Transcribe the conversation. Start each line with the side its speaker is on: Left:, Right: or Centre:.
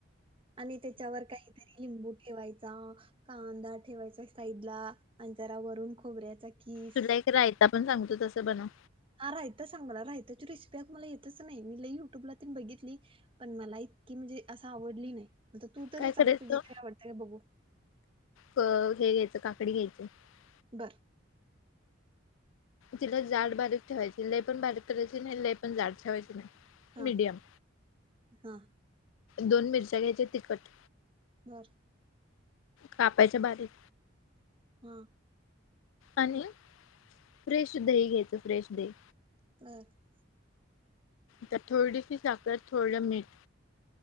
Right: आणि त्याच्यावर काहीतरी लिंबू ठेवायच कांदा ठेवायचा साईड ला आणि जरा वरून खोबऱ्याचा किस
Left: तुला एक रायता पण सांगतो तसं बनव
Right: हा राहायता सांग मला रायताची रेसिपी अगं मला येतच नाही. मी लई युट्यूबला तेन बघितली, पण मला इतकी म्हणजे असं आवडली नाही. आता तू तरी
Left: काय
Right: सांग
Left: करायचं
Right: तुझी तर आवडत्या काय बघु
Left: क- हे <unintelligible>
Right: बरं
Left: तिला जाड, बारीक ठेवायची लय पण बारीक करायची नाही लय पण जाड ठेवायची नाही.
Right: हा
Left: मीडियम
Right: हा
Left: दोन मिरच्या घ्यायच्या तिखट
Right: बरं
Left: कापायच्या बारीक
Right: हा
Left: आणि फ्रेश दही घ्यायचं फ्रेश दही
Right: <unintelligible>
Left: त्यात थोडीशी साखर, थोड मीठ